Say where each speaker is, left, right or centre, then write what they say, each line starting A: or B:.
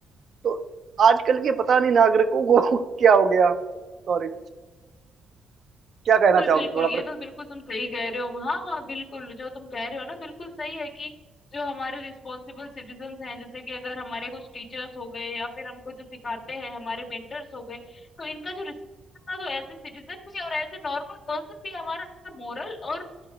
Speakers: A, on the right; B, on the left.
A: तो आजकल के पता नहीं नागरिकों को <laughs> क्या हो गया सॉरी क्या कहना
B: बिल्कुल
A: चाहोगे
B: बिल्कुल
A: थोड़ा
B: ये
A: पर
B: तो बिल्कुल तुम सही कह रहे हो हाँ हाँ बिल्कुल जो तुम कह रहे हो ना बिल्कुल सही है कि जो हमारे रिस्पॉन्सिबल सिटीजन्स हैं जैसे कि अगर हमारे कुछ टीचर्स हो गए या फिर हमको जो सिखाते हैं हमारे मेंटर्स हो गए तो इनका जो रिस्पॉन्स तो एज ए सिटीजन भी और एज ए नॉर्मल पर्सन भी हमारा मोरल और